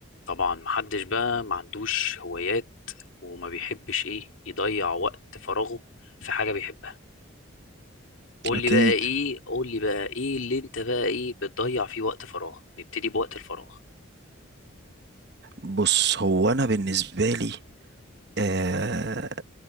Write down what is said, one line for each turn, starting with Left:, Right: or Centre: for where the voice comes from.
Left: طبعا محدش بقى ما عندوش هوايات وما بيحبش ايه يضيع وقت فراغه في حاجة بيحبها قول
Right: أكيد
Left: لي بقى ايه قول لي بقى ايه اللي انت بقى ايه بتضيع فيه وقت فراغ نبتدي بوقت الفراغ
Right: بص هو أنا بالنسبة لي آه